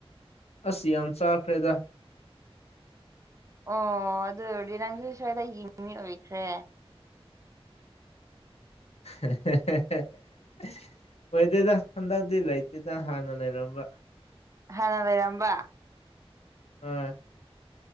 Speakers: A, on the left; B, on the right.
A: ꯑꯁ ꯌꯥꯝ ꯆꯥꯈ꯭ꯔꯦꯗ
B: ꯑꯣ ꯑꯗꯨ ꯑꯣꯏꯔꯗꯤ ꯅꯪꯁꯨ ꯁ꯭ꯋꯥꯏꯗ ꯌꯦꯡꯃꯤ ꯑꯣꯏꯈ꯭ꯔꯦ
A: <unintelligible> ꯑꯣꯏꯗꯦꯗ ꯍꯟꯗꯛꯇꯤ ꯂꯩꯇꯦꯗ ꯍꯥꯟꯅ ꯂꯩꯔꯝꯕ
B: ꯍꯥꯟꯅ ꯂꯩꯔꯝꯕ
A: ꯍꯣꯏ